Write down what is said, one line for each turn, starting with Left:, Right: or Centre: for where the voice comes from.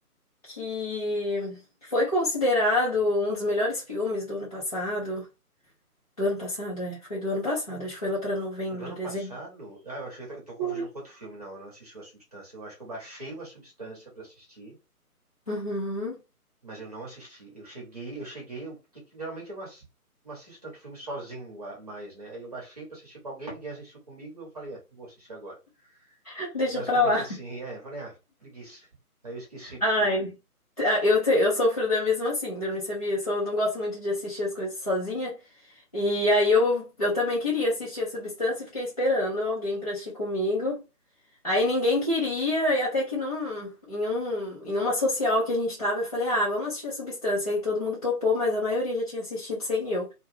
Left: que foi considerado um dos melhores filmes do ano passado. Do ano passado, é, foi do ano passado, acho que foi lá pra novembro,
Right: O do ano
Left: dezembro.
Right: passado? Ah, eu achei que eu tô confundindo
Left: Foi.
Right: com outro filme. Não, eu não assisti o A Substância. Eu acho que eu baixei o A Substância pra assistir,
Left: Uhum.
Right: mas eu não assisti. Eu cheguei, eu cheguei, eu, que, que geralmente eu não, ass- não assisto tanto filme sozinho a- mais, né? Aí eu baixei pra assistir com alguém, ninguém assistiu comigo, eu falei, é, vou assistir agora.
Left: <laughs> Deixa
Right: É basicamente
Left: pra lá.
Right: assim, é, eu falei, ah, preguiça. Aí eu esqueci do
Left: Ai,
Right: filme.
Left: ah, eu, te- eu sofro da mesma síndrome, sabia? Eu sou- não gosto muito de assistir as coisas sozinha. E aí eu, eu também queria assistir a Substância e fiquei esperando alguém pra assistir comigo. Aí ninguém queria, e até que num, em, um, em uma social que a gente tava, eu falei, ah, vamos assistir a Substância. Aí todo mundo topou, mas a maioria já tinha assistido sem eu.